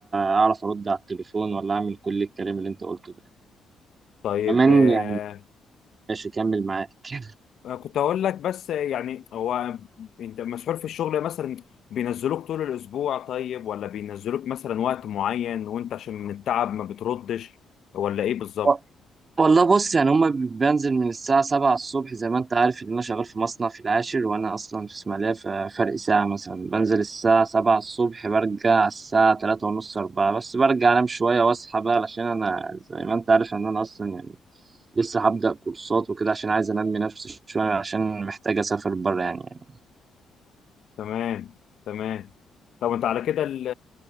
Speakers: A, on the right; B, on the left.
A: أعرف أرد على التليفون ولا أعمل كل الكلام اللي أنت قلته ده
B: طيب
A: كمان
B: آه
A: يعني ماشي كمل معاك <laughs>
B: أنا كنت هقول لك بس يعني هو أنت مسحول في الشغل مثلا بينزلوك طول الأسبوع طيب ولا بينزلوك مثلا وقت معين وأنت عشان من التعب ما بتردش ولا إيه بالظبط؟
A: و- والله بص يعني هما بي- بنزل من الساعة سبعة الصبح زي ما أنت عارف إن أنا شغال في مصنع في العاشر وأنا أصلا في إسماعيلية ففرق ساعة مثلا بنزل الساعة سبعة الصبح برجع الساعة تلاتة ونص أربعة بس برجع أنام شوية وأصحى بقى علشان أنا زي ما أنت عارف إن أنا أصلا يعني لسه هبدأ كورسات وكده عشان عايز أنمي نفسي شوية عشان محتاج أسافر بره يعني
B: تمام تمام طب انت على كده ال-